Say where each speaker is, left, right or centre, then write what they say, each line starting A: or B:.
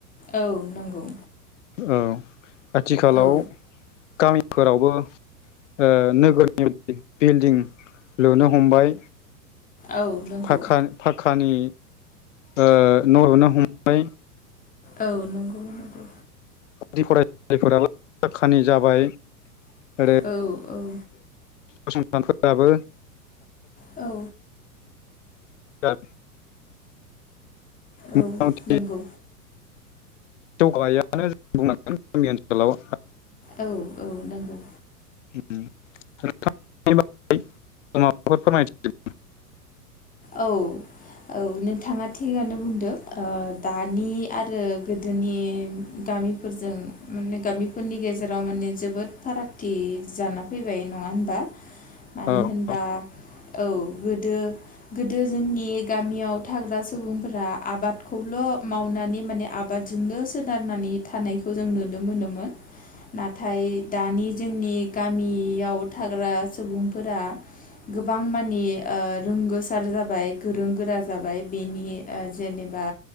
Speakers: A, on the left; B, on the left.
A: औ नंगौ
B: औ आथिखालाव
A: औ
B: गामि फोरावबो ओ नोगोरनि बिल्डिं लुनो हमबाय।
A: औ नंगौ
B: पागखा पाखानि ओ न' लुनो हमबाय
A: औ नंगौ नंगौ
B: <unintelligible> जायफोराबो खानि जाबाय आरो
A: औ औ
B: फसंथानफोराबो
A: औ
B: <unintelligible> <unintelligible> मथामथि
A: औ नंगौ
B: जौगायानो जों बुंनांगोन गामि ओनसोलाव
A: औ औ नोंगौ
B: उम <unintelligible> माबाफोर फोरमायथि
A: औ औ नोंथाङा थिगानो बुंदों दानि आरो गोदोनि गामिफोरजों माने गामिफोरनि गेजेराव माने जोबोद फारागथि जाना फैबाय नङा होमबा मानो
B: औ
A: होनबा
B: औ
A: औ गोदो गोदो जोंनि गामियाव थाग्रा सुबुंफोरा आबादखौल मावनानै माने आबादजोंनो सोनारनानि थानायखौ जों नुनो मोनोमोन नाथाय दानि जोंनि गामियाव थाग्रा सुबुंफोरा गोबां मानि ओ‌ रोंगो सार जाबाय गोरों गोरा जाबाय बेनि जेनेबा